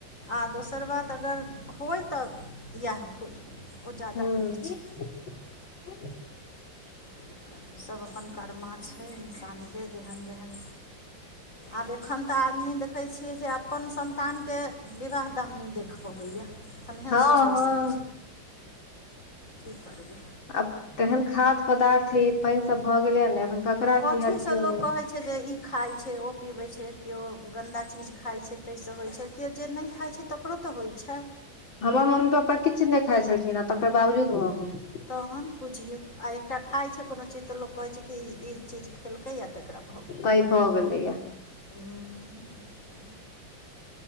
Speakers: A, on the left (about 40°); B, on the left (about 80°).
A: आ दोसर बात अगर होय तऽ इएह होय ओ ज्यादा
B: ह
A: नीक छै
B: <inaudible>
A: की करबै सभ अपन कर्मा छै इंसानके जेहन जेहन आब एखन तऽ आदमी देखै छियै जे अपन संन्तानके विवाह दाम नहि देख पबैए हनिहन
B: हँ
A: सिचुएशन
B: हँ
A: की करबे
B: आब तेहन खाद्य पदार्थ ई पानि सब भऽ गेल या ने एखन ककरा
A: कथीसँ
B: की हयत केओ
A: लोक
B: नहि
A: कहै छै जे ई खाइ छै ओ पीबै छै केओ गन्दा चीज खाइ छै ताहिसँ होइ छै कि जे नहि खाइत छै तकरो तऽ होइत छै
B: हमर मम्मी पपापा किछु नहि खाइत छलखिन ह तकर बावजूद भऽ गेलै
A: तहन बुझियौ आ एकटा खाइ छै कोनो चीज तऽ लोक कहै छै कि ई चीज खेलकैए तकरा भऽ गेलैया
B: पैघ
A: ने
B: भऽ
A: ह
B: गेलैये
A: उएहे